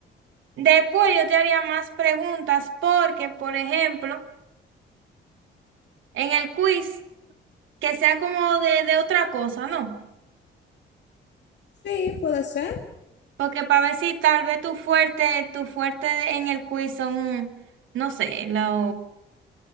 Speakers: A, on the right; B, on the left.
A: después yo te haría más preguntas porque, por ejemplo, en el quiz, que sea como de, de otra cosa, ¿no?
B: Sí, puede ser.
A: Porque para ver si tal vez tu fuerte, tu fuerte en el quiz son, no sé, la